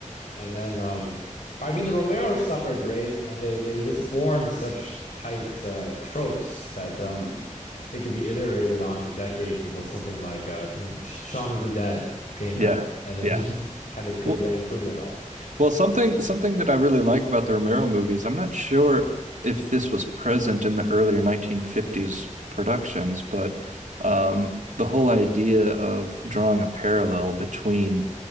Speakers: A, on the left (about 70°); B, on the right (about 70°).
A: And then um I mean the Romero stuff are great and they they just form such tight uh tropes that um it could be iterated on for decades until something like uh you know, Shaun of the Dead came
B: Yeah,
A: out and then
B: yeah.
A: just <laughs> kind of could
B: Well,
A: lampoon it all.
B: Well, something something that I really like about the Romero movies, I'm not sure if this was present in the earlier 1950s productions, but um, the whole idea of drawing a parallel between